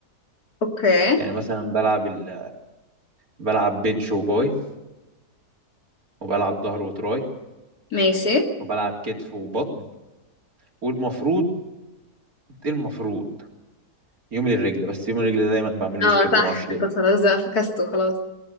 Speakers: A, on the left (about 70°); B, on the right (about 65°).
A: اوكي
B: يعني مثلا بلعب ال بلعب بنش وباي وبلعب ظهر وتراي
A: ماشي
B: وبلعب كتف وبطن والمفروض إيه المفروض يوم للرجل بس يوم الرجل ده دايما بعمل له
A: اه
B: سكيب
A: صح
B: ما اعرفش ليه
A: انت خلاص بقى فكسته خلاص